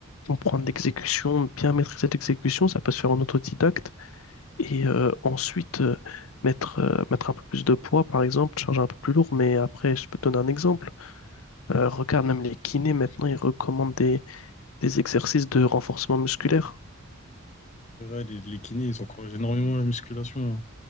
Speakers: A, on the left; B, on the left.
A: comprendre l'exécution, bien maîtriser l'exécution, ça peut se faire en autodidacte. Et euh, ensuite, euh, mettre, euh, mettre un peu plus de poids, par exemple, charger un peu plus lourd. Mais après, je peux te donner un exemple. Euh, regarde, même les kinés, maintenant, ils recommandent des, des exercices de renforcement musculaire.
B: C'est vrai, les, les kinés, ils encouragent énormément la musculation. hein.